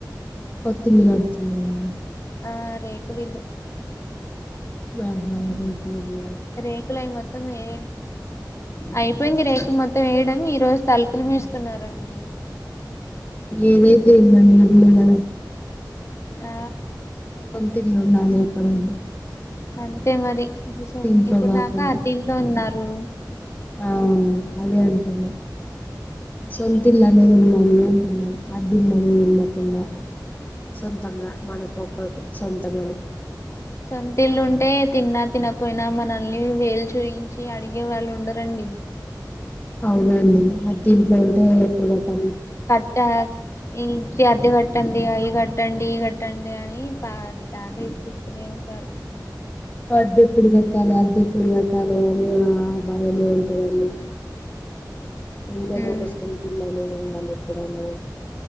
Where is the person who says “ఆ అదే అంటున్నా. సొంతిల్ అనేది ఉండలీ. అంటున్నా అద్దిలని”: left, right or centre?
Left